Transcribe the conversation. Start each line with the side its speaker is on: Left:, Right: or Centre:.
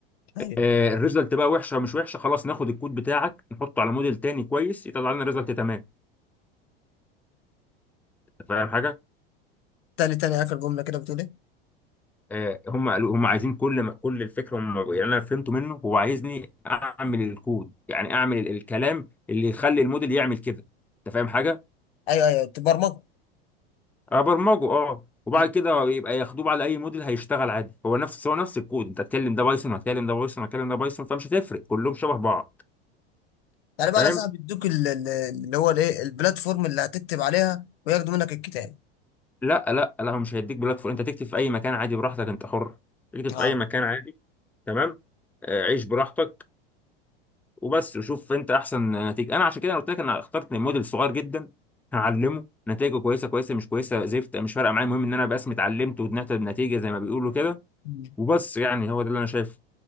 Left: ايوه
Centre: آه الريزلت بقى وحشه مش وحشه خلاص ناخد الكود بتاعك نحطه على موديل تاني كويس يطلع لنا ريزلت تمام أنت فاهم حاجه
Left: تاني تاني اخر جمله كده بتقول ايه
Centre: آه، هم قالوا هم عايزين كل ما كل الفكره هم يعني انا فهمته منه هو عايزني اعمل الكود يعني اعمل ال- الكلام اللي يخلي الموديل يعمل كده انت فاهم حاجه
Left: ايوه ايوه تبرمجه
Centre: ابرمجه اه وبعد
Left: مم.
Centre: كده يبقى ياخدوه على اي موديل هيشتغل عادي هو نفس هو نفس الكود انت هتكلم ده بايثون هتكلم ده بايثون هتكلم ده بايثون فمش هتفرق كلهم شبه بعض
Left: يعني بقى
Centre: فاهم
Left: انا صاحب بيدوك ال- ال- اللي هو الايه البلاتفورم اللي هتكتب عليها وياخدوا منك الكتاب
Centre: لا لا لا هو مش هيديك بلاتفورم انت تكتب في اي مكان عادي براحتك انت حر تكتب في
Left: اه
Centre: اي مكان عادي تمام آه، عيش براحتك وبس وشوف انت احسن نتيجه انا عشان كده أنا قلت لك انا اخترت موديل صغير جدا هعلمه نتائجه كويسه كويسه مش كويسه زفت مش فارقه معايا المهم ان انا بس اتعلمت وطلعت بنتيجه زي ما بيقولوا كده
Left: مم.
Centre: وبس يعني هو ده اللي انا شايفه